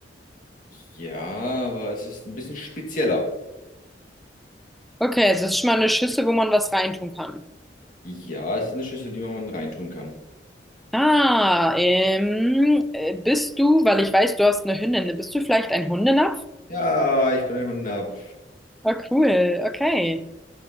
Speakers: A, on the left; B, in the centre.
A: Ja, aber es ist ein bisschen spezieller.
B: Okay, es ist schon mal eine Schüssel, wo man was reintun kann.
A: Ja, es ist eine Schüssel, die man reintun kann.
B: Ah, ähm, äh, bist du, weil ich weiß, du hast eine Hündin, bist du vielleicht ein Hundenapf?
A: Ja, ich bin ein Hundab.
B: Ah, cool, okay.